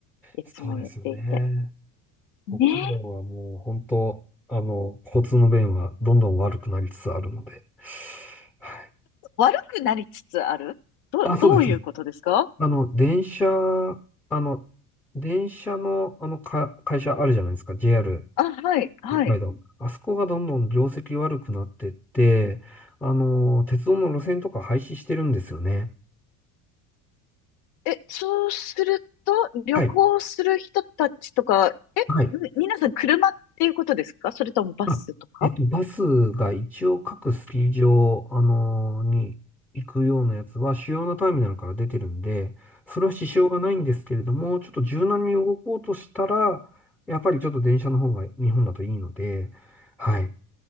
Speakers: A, on the left; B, in the centre.
A: いつも言っていて。
B: そうですよね。北海道はもう本当、
A: ねえ、
B: あの、交通の便はどんどん悪くなりつつあるので。はい。
A: 悪くなりつつあるど、
B: あ、そうです。
A: どういうことですか
B: あの、電車、あの、電車の、あの、か、会社あるじゃないですか、JR
A: あ、はい、はい。
B: 北海道。あそこがどんどん業績悪くなってって、あの、鉄道の路線とか廃止してるんですよね。
A: え、そうすると、旅行する人たちとか、
B: はい。
A: え、
B: はい。
A: み皆さん車っていうことですかそれともバスとか
B: あ、えっと、バスが一応各スキー場、あの、に行くようなやつは主要なターミナルから出てるんで、それは支障がないんですけれども、ちょっと柔軟に動こうとしたら、やっぱりちょっと電車の方が日本だといいので、はい。